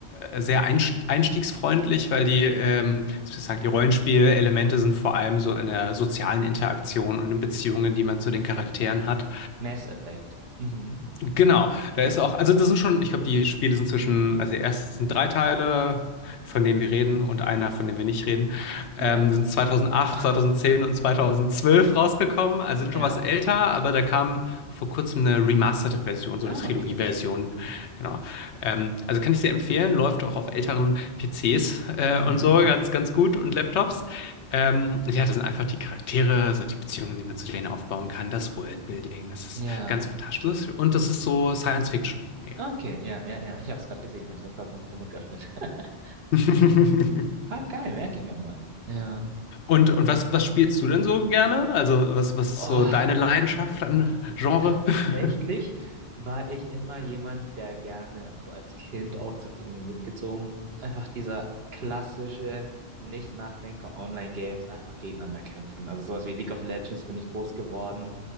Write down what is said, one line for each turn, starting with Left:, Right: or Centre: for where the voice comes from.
Left: äh, sehr einst- einstiegsfreundlich, weil die, ähm, sozusagen die Rollenspielelemente sind vor allem so in der sozialen Interaktion und in Beziehungen, die man zu
Right: okay.
Left: den Charakteren hat.
Right: Mass Effect. Mhm.
Left: Genau, da ist auch, also das sind schon, ich glaube, die Spiele sind zwischen, also erst sind drei Teile, von denen wir reden und einer, von dem wir nicht reden,
Right: Ja.
Left: ähm, sind 2008,
Right: <laughs>
Left: 2010 und 2012 rausgekommen, also sind
Right: Ja.
Left: schon was älter, aber da kam vor kurzem eine remasterte Version,
Right: Ah,
Left: so eine Trilogie-Version,
Right: okay.
Left: genau. Ähm, also kann ich sehr empfehlen, läuft auch auf älteren PCs äh,
Right: Mhm.
Left: und so ganz, ganz gut und Laptops. Ähm, ja, das sind einfach die Charaktere, so die Beziehungen, die man zu denen aufbauen kann, das Worldbuilding, das ist
Right: Ja.
Left: Ganz fantastisch. Und das ist so Science Fiction eher.
Right: Ah, okay, ja, ja, ja. Ich habe es gerade gesehen. Also ich habe gerade den Hintergrund geöffnet. <laughs>
Left: <laughs>
Right: Ah, geil, merke ich mir mal. Ja.
Left: Und, und was, was spielst du denn so gerne? Also, was, was ist
Right: Oh.
Left: so deine Leidenschaft an Genre?
Right: Tatsächlich
Left: <laughs>
Right: war ich immer jemand, der gerne, also als Kind auch, das hat irgendwie mitgezogen, einfach dieser klassische Nicht-Nachdenker-Online-Games einfach gegeneinander kämpfen. Also sowas wie League of Legends bin ich groß geworden.